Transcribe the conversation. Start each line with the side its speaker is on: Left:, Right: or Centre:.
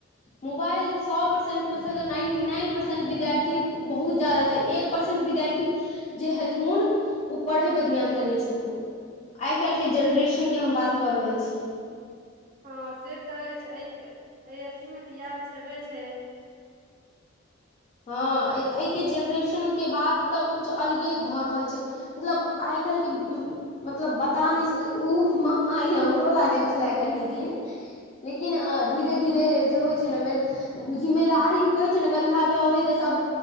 Left: मोबाइल सौ परसेन्टमे से अगर नाइन्टी नाइन परसेन्ट विद्यार्थी बहुत ज्यादा छै एक परसेन्ट विद्यार्थी जे हेथुन उ पढ़ै पर ध्यान देने छथुन, आइ काएल के जेनरेशनके हम बात कऽ रहल छीयै।
Right: हां से तऽ ऐछ ए के ए अथी मे तऽ इहे छेबे छै। <unintelligible>
Left: हां ए -ए के जेनरेशनके बात तऽ कछु अलगे भऽ रहल छै मतलब आइ काएल के मतलब- बता नै सकै उ महामारी हमरो लागल छलए कनी दिन लेकिन अ धीरे धीरे जे होय छै ने एमे जिम्मेदारी। कहै छै ने कन्धा। अबै तऽ सभ